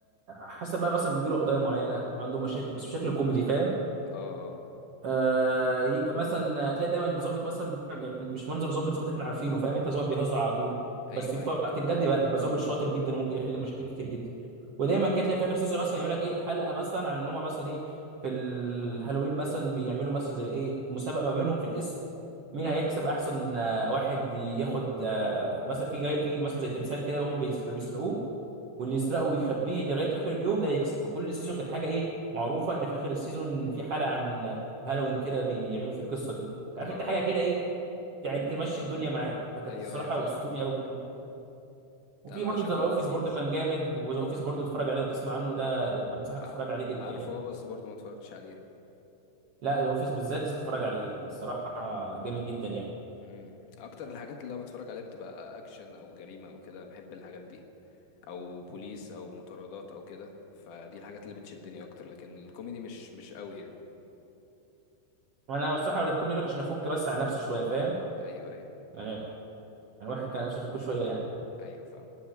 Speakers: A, on the right; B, on the left.
A: حسب بقى مثلا بيجي له قضايا معينه عنده مشاكل بس بشكل كوميدي فاهم
B: اه اه
A: آه يجي مثلا هتلاقي دايما الظابط مثلا بيبقى- يعني مش منظر ظابط ظابط احنا عارفينه فاهم انت ظابط بيهزر على طول
B: ايوه
A: بس في
B: ايوه
A: وقت الجد بقى يبقى ظابط شاطر جدا وممكن يحل مشاكل كتير جدا ودايما
B: اه
A: كده تلاقي في اخر سيزون مثلا يعمل لك ايه حلقه مثلا عن ان هم مثلا ايه في الهالوين مثلا بيعملوا مثلا زي ايه مسابقه ما بينهم في الاسم مين هيكسب احسن آه، واحد ياخد آه، مثلا في جاي في مثلا زي تمثال كده هم بيسرقوه واللي يسرقه ويخبيه لغايه اخر اليوم ده يكسب فكل سيزون كانت حاجه ايه معروفه ان في اخر السيزون في حلقه عن هالوين كده بيعملوا في القصه دي انت عارف
B: اه
A: انت حاجه
B: اه
A: كده ايه يعني تمشي الدنيا معاك فكانت
B: ايوه
A: الصراحه
B: ايوه فاهمك
A: اسطوري
B: فاهمك
A: قوي بروكلين وفي
B: لا لو
A: برضه
B: شكله
A: ذا اوفيس
B: لذيذ
A: برضه كان جامد وذا اوفيس برضه تتفرج عليه وتسمع عنه ده انصحك
B: ع-
A: تتفرج عليه جدا
B: عارفه
A: يعني
B: هو بس برضه ما اتفرجتش عليه
A: لا ذا اوفيس بالذات لازم تتفرج عليه الصراحه جامد جدا يعني
B: امم اكتر الحاجات اللي انا بتفرج عليها بتبقى اكشن او جريمة او كده بحب الحاجات دي او بوليس او مطاردات او كده فدي الحاجات اللي بتشدني اكتر لكن الكوميدي مش مش قوي يعني
A: انا الصراحه الكوميدي لك عشان افك بس على نفسي شويه فاهم
B: ايوه ايوه
A: يعني يعني الواحد كان نفسه يفك شويه يعني
B: ايوه فاهم